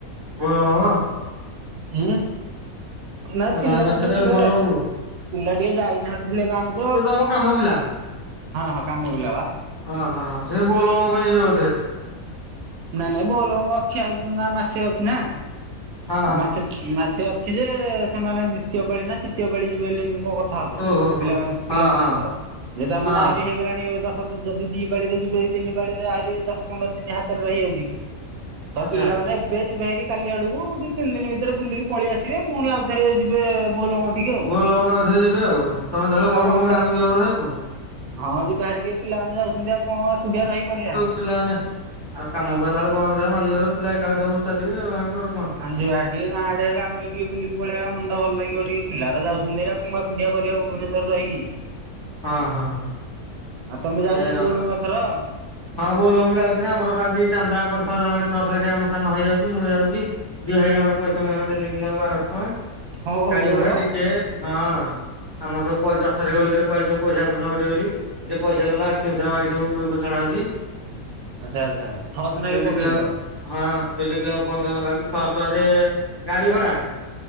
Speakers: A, on the left (about 20°); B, on the right (about 80°).
A: ବ ଅ।
B: ହୁଁ ନା
A: ଆଉ
B: ପିଲା
A: ଗାଁକୁ ଆସ
B: ଯିବେ
A: କେବେ
B: ଟିକେ।
A: ବୋଲବମ୍
B: ପିଲା ଟିକେ ଯାଇନାହାଥିଲେ ଗାଁ କୁ।
A: ଓ ତମ କାମ ପିଲା।
B: ହଁ କାମ ପିଲା ବା
A: ହ ହ ହ ସେ ବୋଲ ବମ୍ ପାଇଁ ଯିବେ ବୋଧେ।
B: ନାଇଁ ନାଇଁ ବୋଲ ବମ ଅଛି ଆହୁରି ମାସେ ଅଛି ନା।
A: ହଁ ହଁ
B: ମାସେ ମାସେ ଅଛି ଯେ ସେମାନେ ଦ୍ଵିତୀୟ ପାଳି ନା ତୃତୀୟ ପାଳି ଯିବେ ବୋଲି ଏମିତି କଣ କ ଥା ହଉଥିଲେ
A: ଓହୋ ହୋ
B: ପିଲାମାନେ
A: ହଁ
B: ପିଲାମାନେ
A: ହଁ
B: ଆମର ଯେତ
A: ହଁ
B: ମାନେ ଆହୁରି ହେଇଗଲାଣି ତ ଯଦି ଦି ପାଳିରେ ଯିବେ ତିନି ପାଳି ରେ ଆହୁରି ଦଶ ପନ୍ଦର ଦିନ ହାତରେ ରହିଯାଉଛି। ତ
A: ଆଚ୍ଛା
B: ପିଲାମାନେ ଏବେ ଯିବେ ହେରି କାଲି ଆଡକୁ ଦି ତିନି ଦିନ ଭିତରେ ବୁଲିକି ପଳେଇ ଆସିବେ ପୁଣି ଆଉ ଥରେ ଯିବେ। ବୋଲ ବମ ଟିକେ। ଆଉ।
A: ବୋଲବମକୁ ଆଉ ଥରେ ଯିବେ ଆଉ ତମେ ତାହାଲେ
B: ଆଉ
A: ବୋଲବମ
B: ବର୍ଷା
A: ଗାଁକୁ ଯିବ ବୋଧେ ଆଉ କଣ।
B: ହଁ ଯିବା ହେରି ଟିକେ ପିଲାମାନେ ଯାଉଛନ୍ତି ଆଉ କଣ ଏକୁଟିଆ ରହି କରିବା।
A: ପିଲା ମାନେ ଆଉ କାମ ଗୁରା ତାହଲେ ବନ୍ଦ ରହିବ ମାଲିକର ପିଲା ଏକାଳେ ସବୁ ଚାଲିବେ ଗାଁ କୁ ଆଉ କଣ।
B: ଯିବା ହେରି ଟିକେ ଗାଁ ଆଡ଼େ ଟିକେ ବୁଲିକି ପଳେଇଆ ମନଟା ଭଲ ଲାଗିବ ଟିକେ ପିଲା ହେରା ଯାଉଛନ୍ତି ହେରି ପୁଡିଆ କରିବା ଭୁବନେଶ୍ୱରରେ ରହିକି।
A: ହଁ ହଁ ହଁ।
B: ଆଉ ତମେ ଯାଉନ
A: ଏଇଆ
B: କି ବୋଲବମ
A: କଥା
B: ଏଥର?
A: ହଁ ବୋଲ ବମ୍ ଯାଉଛି ନା ଆମର ବା ଆଜି ଚାନ୍ଦା ପଡ଼ିଥିଲା ଜଣକେ ଛଅଶ ଲାଖେ ଆମ ସାନ ଭାଇ ଯାଉଛି ମୁଁ ଯାଉଚି। ଦୁଇ ଭାଇ ଯାକର ପଇସା ମୁଁ ଏଇନା ଦେଲି ପିଲାଙ୍କୁ ବାରଶ ଟଙ୍କା।
B: କଣ କହୁଛ
A: ଗାଡି ଭଡା
B: ମ ହଁ
A: ଡିଯେ ହଁ ଆମର ସବୁ ପଇସ ଶାରୀରିକ ଭିତରେ କୁହା ହେଇଚି ସବୁ ପଇସା କଲେକ୍ସନ କରିବ ବୋଲି ଯେ ପଇସା ଦେଲା ସ୍କ୍ରିନ୍ ଶଟ ମାରିକି ସବୁ ଗ୍ରୁପ୍ ରେ ଛଡା ହଉଛି।
B: ଆଚ୍ଛା ଆଚ୍ଛା ଛଅସ ନାକେ
A: ଡେଲି
B: ପକେଇଯ।
A: ପିଲାଙ୍କୁ ହଁ ଦିଦି ପିଲାଙ୍କୁ ଫୋନ କରି <unintelligible> ଛଅଶହ ଟଙ୍କାରେ ଗାଡି ଭଡା